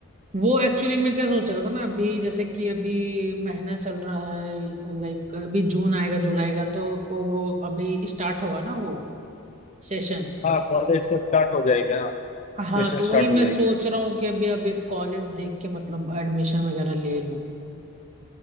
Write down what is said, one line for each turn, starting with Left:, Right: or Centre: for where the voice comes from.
Right: वो एक्चुअली मैं क्या सोच रहा था ना अभी जैसे कि अभी महीना चल रहा है लाइक अभी जून आएगा जुलाई का तो वो अभी स्टार्ट होगा ना वो सेशन
Left: हाँ कॉलेज से स्टार्ट हो जाएगी हाँ
Right: हाँ
Left: सेशन
Right: तो वही
Left: स्टार्ट
Right: मैं
Left: हो जाएगी
Right: सोच रहा हूँ कि अभी अब एक कॉलेज देख के मतलब एडमिशन वगैरह ले लूँ